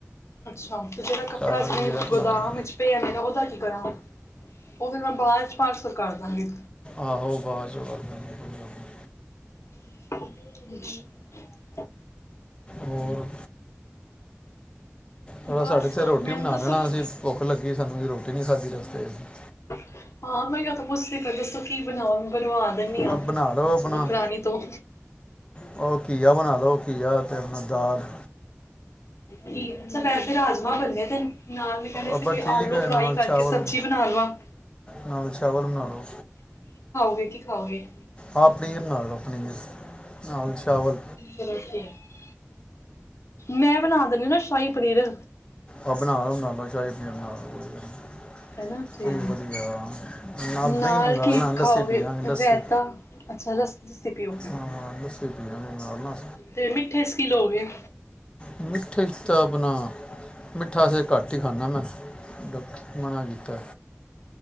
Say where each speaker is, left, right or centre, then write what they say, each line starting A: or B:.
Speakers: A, on the left (about 65°); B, on the left (about 20°).
A: ਅੱਛਾ। ਜਜਿਹੜਾ ਕੱਪੜਾ
B: ਕਾਰ
A: ਜਿਵੇ
B: ਜੀ ਰੱਖ
A: ਗੋਦਾਮ
B: ਲਾਂਗੇ
A: ਇਚ ਪਿਆ ਵੇ ਨਾ ਔਦਾ ਕੀ ਕਰਾਂ? ਔ ਤੇ ਮੈਂ ਬਾਅਦ ਚ ਪਾਰਸਲ ਕਰਦਾਂਗੀ।
B: ਆਹੋ, ਬਾਅਦ ਚ ਕਰ ਦੇਣਾ ਕੋਈ ਗੱਲ ਨੀ।
A: <unintelligible>
B: ਹੋਰ, ਥੋੜਾ
A: ਬਸ
B: ਸਾਡੇ ਸਤੇ ਰੋਟੀ
A: ਮੈਨੂੰ
B: ਬਣਾ
A: ਤਾਂ
B: ਲੈਣਾ
A: ਸਭ
B: ਅਸੀ ਭੁੱਖ ਲੱਗੀ ਸਾਨੂੰ ਰੋਟੀ ਨੀ ਖਾਧੀ ਰਸਤੇ ਚ ਅਸੀਂ।
A: ਹਾਂ, ਮੈਂ ਓਹਿਓ ਤੇ ਪੁੱਛਦੀ ਪਾ ਦੱਸੋ ਕੀ ਬਣਾਓ? ਬਣਵਾ ਦਿੰਦੀ ਆਂ
B: ਆ ਬਣਾ ਲਓ ਆਪਣਾ
A: ਨੋਕਰਾਣੀ ਤੋਂ
B: ਉਹ ਕੀਆ ਬਣਾ ਲਓ ਕੀਆ ਤੇ ਆਪਣਾ ਦਾਲ
A: ਠੀਕ ਅੱਛਾ ਵੈਸੇ ਰਾਜਮਾਂ ਬਣੇ ਦੇ ਨਾਲ ਮੈਂ ਕਹਿਦੇ ਸੀ
B: ਅੱਬਾ
A: ਬਈ
B: ਠੀਕ
A: ਆਲੂ
B: ਹੈ
A: ਫਰਾਈ
B: ਨਾਲ
A: ਕਰਕੇ
B: ਚਾਵਲ
A: ਸਬਜ਼ੀ ਬਣਾ ਲਵਾਂ।
B: ਨਾਲ ਚਾਵਲ ਬਣਾਲੋ।
A: ਗੇ ਕਿ ਖਾਓਗੇ?
B: ਆ ਪਨੀਰ ਬਣਾਲੋ ਪਨੀਰ, ਨਾਲ ਚਾਵਲ।
A: ਚਲੋ ਠੀਕ ਮੈਂ ਬਣਾ ਦਿੰਣੀ ਨਾ ਸ਼ਾਹੀ ਪਨੀਰ।
B: ਆ ਬਣਾ ਲਓ ਬਣਾ ਲਓ ਸ਼ਾਹੀ ਪਨੀਰ ਬਣਾ ਲਓ ਕੋਈ ਗੱਲ ਨਹੀਂ।
A: ਹੈਨਾ ਕਿ,
B: ਕੋਈ ਵਧੀਆ
A: ਨਾਲ
B: ਦਹੀਂ ਮੰਗਾ
A: ਕਿ
B: ਲੈਣਾ ਲੱਸੀ
A: ਖਾਓਗੇ
B: ਪੀਾਂਗੇ ਲੱਸੀ
A: ਰੈਤਾ ਅੱਛਾ ਲਸ ਪੀਓਗੇ,
B: ਹਾਂ ਹਾਂ ਲੱਸੀ ਪੀਾਂਗੇ ਨਾਲ ਨਾ
A: ਤੇ ਮਿੱਠੇ ਚ ਕੀ ਲੋਗੇ?
B: ਮਿੱਠੇ 'ਚ ਤਾਂ ਆਪਣਾ ਮਿੱਠਾ ਅਸੇ ਘੱਟ ਈ ਖਾਣਾਂ ਮੈਂ ਡਾਕਟਰ ਨੇ ਮਨਾ ਕੀਤੈ।